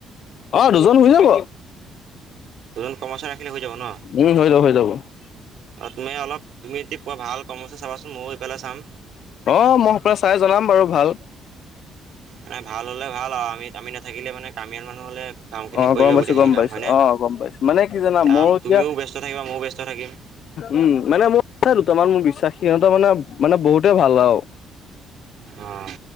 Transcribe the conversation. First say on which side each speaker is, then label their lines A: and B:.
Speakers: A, on the left; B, on the right.
A: অ', দুজন হয় যাব।
B: দুজন কৰ্মচাৰী ৰাখিলে হৈ যাব ন।
A: উম, হৈ যাব হৈ যাব
B: তুমি অলপ তুমি এতিয়া পোৱা ভাল কৰ্মচাৰী চাবাচোন মইয়ো এইফালে চাম।
A: অ', মই এইফালে চাই জনাম বাৰু ভাল।
B: মানে ভাল হ'লে ভাল আৰু, আমি, আমি নাথাকিলে মানে কামিয়াল মানুহ হ'লে কামখিনি
A: অ'
B: কৰি
A: গম
B: দিব
A: পাইছো
B: গোটেইখিনি
A: গম
B: কাম
A: পাইছো
B: হয়নে।
A: অ' গম পাইছো মানে কি জানা
B: কাম
A: মোৰো এতিয়া
B: তুমিও ব্যস্ত থাকিবা, মইও ব্যস্ত থাকিম।
A: উম, মানে মোৰ আছে দুটামান, মোৰ বিশ্বাসী সিহঁতৰ মানে, মানে বহুতে ভাল আৰু।
B: অ',